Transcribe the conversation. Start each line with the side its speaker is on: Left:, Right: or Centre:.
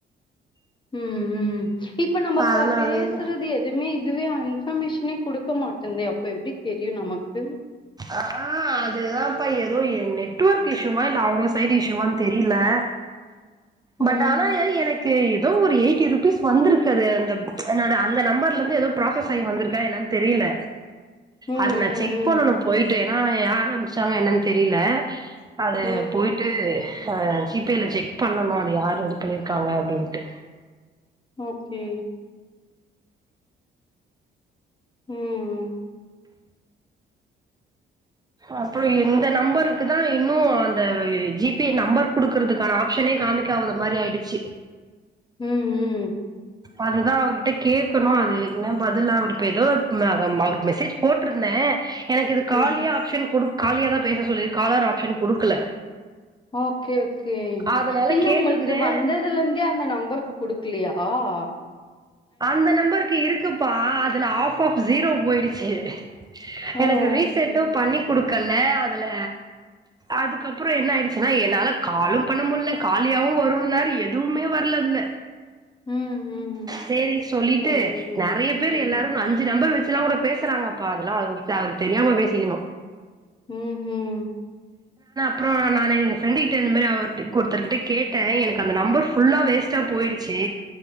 Left: உம் உம் இப்ப நம்ம பா
Right: அதனாலயேதா
Left: பேசுறது எதுவுமே இதுவே இன்ஃபர்மேஷனே குடுக்க மாட்டேந்தே அப்ப எப்பிடி தெரியும் நமக்கு
Right: அஹ் ஆஹ் அதுதான்ப்பா ஏதோ என் நெட்வொர்க் இஷ்யூவா இல்ல அவங்க சைடு் இஷ்யூவான்னு தெரியலே
Left: ம்
Right: பட் ஆனா எ எனக்கு ஏதோ ஒரு எய்ட்டி ருப் பீஸ் வந்திருக்கு அந்த என்னோட அந்த நம்பர்ல இருந்து ஏதோ ப்ராசஸ் ஆயி வந்திருக்கா என்னன்னு தெரியல
Left: ம்
Right: அது நான்
Left: ம்
Right: செக் பண்ணணும் போயிட்டு ஏன்னா யார் ஆரம்பிச்சாங்க என்னன்னு தெரியல அது
Left: ம் ம்
Right: போயிட்டு அஹ் ஜீ பே ல செக் பண்ணணும் அது யார் இது பண்ணிருக்காங்க அப்பிடின்ட்டு
Left: ஓகே உம்
Right: அப்புறம் இந்த நம்பருக்கு தான் இன்னும் அந்த ஜீ பே நம்பர் குடுக்கறதுக்கான ஆப்ஷனே காமிக்காவது மாதிரி ஆயிடுச்சு
Left: ம் உம்
Right: அதுதான் அவர்கிட்ட கேக்கணும் அது என்ன பதில் அவர் இப்ப ஏதோ மஹ் அவருக்கு மெசேஜ் போட்டிருந்தேன் எனக்கு இது காலியா
Left: ம்
Right: ஆப்ஷன் குடு காலியா தான் பேச சொல்லி காலர் ஆப்ஷன் குடுக்கல
Left: ஓகே ஓகே
Right: அதனால
Left: இல்ல
Right: கேட்ருந்தே
Left: உங்களுக்கு வந்ததுல இருந்தே அந்த நம்பருக்கு குடுக்கலையா ஓஹ்
Right: அந்த நம்பருக்கு இருக்குப்பா அதுல ஆப் ஆப் ஜீரோ
Left: ம்
Right: போயிடுச்சு
Left: ஓ
Right: எனக்கு ரீசெட்டும்
Left: ஓகே
Right: பண்ணி குடுக்கல அதுல அதுக்கப்புறோ என்ன ஆயிடுச்சுன்னா என்னால காலும் பண்ண முட்ல காலி யாவு வரும்னார் எதுவுமே வரல அதுல
Left: ம் ம்
Right: சேரி சொல்லிட்டு
Left: சரி சரி
Right: நெறைய பேரு
Left: ம்
Right: எல்லாரும் ந அஞ்சு நம்பர் வெச் ச்சுல்லா கூட பேசுறாங்கப்பா அதுல்லா <unintelligible> தெரியாம பேசிக்கிணும்
Left: ம் ம்
Right: அப்புறம் நானு என் ஃப்ரெண்டு கிட்ட இந்த மாரி அவர்டே குடுத்தருக்கிட்ட கேட்டேன் எனக்கு அந்த நம்பர் ஃபுல்லா வேஸ்ட்டா போயிடுச்சி